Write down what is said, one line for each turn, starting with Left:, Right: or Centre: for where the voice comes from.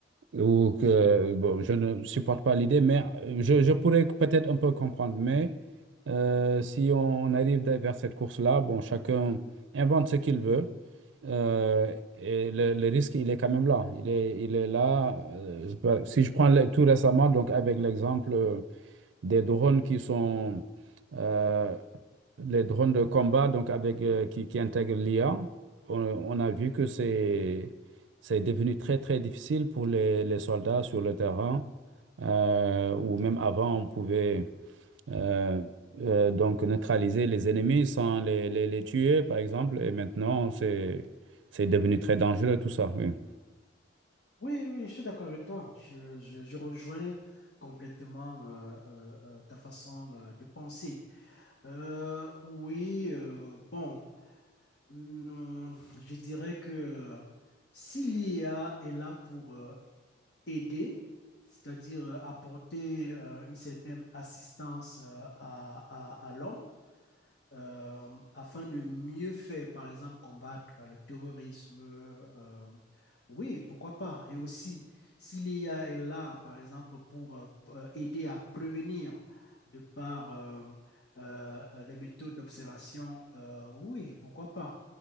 Right: ou que bon, je ne supporte pas l'idée, mais euh, je, je pourrais peut-être un peu comprendre. Mais euh, si on arrive vers cette course-là, bon, chacun invente ce qu'il veut. euh, et le, le risque, il est quand même là. Il est, il est là. euh, je sais pas, si je prends le- tout récemment, donc avec l'exemple. euh, des drones qui sont euh, les drones de combat, donc avec, euh, qui, qui intègrent l'IA. On, on a vu que c'est, c'est devenu très, très difficile pour les, les soldats sur le terrain, euh, ou même avant, on pouvait euh, euh, donc neutraliser les ennemis sans les, les, les tuer, par exemple, et maintenant, c'est, c'est devenu très dangereux tout ça. Oui,
Left: Oui, oui, je suis d'accord avec toi. Je, je- je rejoins complètement euh, euh, euh, ta façon euh, de penser. Euh, oui, euh, bon, hum, je dirais que euh, si l'IA est là pour euh, aider, c'est-à-dire euh, apporter euh, une certaine assistance euh, à, à- à l'homme, euh, afin de mieux faire, par exemple, combattre le terrorisme. euh, oui, pourquoi pas. Et aussi, si l'I a est là, par exemple, pour euh, euh, aider à prévenir de par euh, euh, les méthodes d'observation, euh, oui, pourquoi pas.